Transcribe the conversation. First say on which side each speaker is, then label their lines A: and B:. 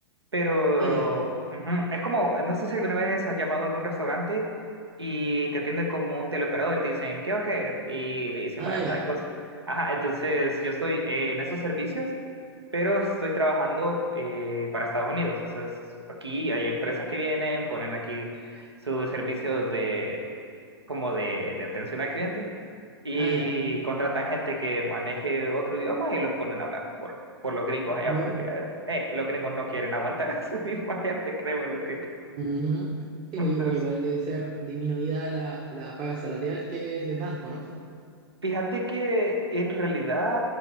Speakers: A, on the right; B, on the right.
A: pero
B: Ah, ya.
A: ujú, es como, no sé si alguna vez has llamado a algún restaurante y te atiende como un teleoperador y te dicen, ¿qué va a querer? Y te dicen,
B: Ah,
A: vaya,
B: ya.
A: tal cosa. Ajá, entonces yo estoy eh, en esos servicios, pero estoy trabajando eh, para Estados Unidos. O sea, es- aquí hay empresas que vienen, ponen aquí sus servicios de, como de, de atención al cliente. Y
B: Ah, ya.
A: contratan gente que maneje otro idioma y los ponen a hablar por, por los gringos allá,
B: Tú,
A: porque eh, los gringos no quieren aguantar <laughs> a su misma gente, créeme lo que.
B: ujú. Sí,
A: <laughs> Entonces,
B: pues yo creo que igual debe ser disminuida la, la paga salarial que le- les dan, pues, ¿no?
A: fíjate que en realidad